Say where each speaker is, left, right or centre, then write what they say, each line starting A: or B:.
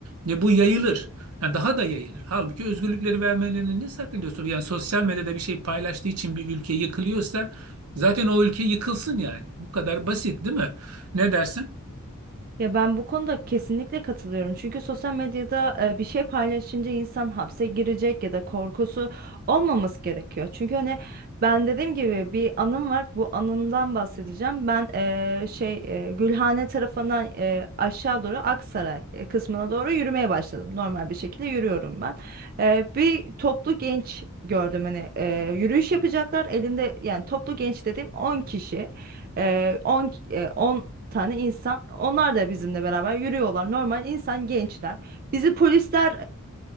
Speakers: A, on the right (about 80°); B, on the right (about 40°).
A: Ya bu yayılır. Ha, daha da yayılır. Halbuki özgürlükleri vermelerinin ne sakıncası olur? Yani sosyal medyada bir şey paylaştığı için bir ülke yıkılıyorsa zaten o ülke yıkılsın yani. Bu kadar basit değil mi? Ne dersin?
B: Ya ben bu konuda kesinlikle katılıyorum. Çünkü sosyal medyada e, bir şey paylaşınca insan hapse girecek ya da korkusu olmaması gerekiyor. Çünkü hani ben dediğim gibi bir anım var. Bu anımdan bahsedeceğim. Ben e, şey e, Gülhane tarafından e, aşağı doğru Aksaray e, kısmına doğru yürümeye başladım. Normal bir şekilde yürüyorum ben. E, bir toplu genç gördüm hani e, yürüyüş yapacaklar. Elinde yani toplu genç dediğim On kişi. Ee, 10 e, 10 tane insan onlar da bizimle beraber yürüyorlar. Normal insan gençler. Bizi polisler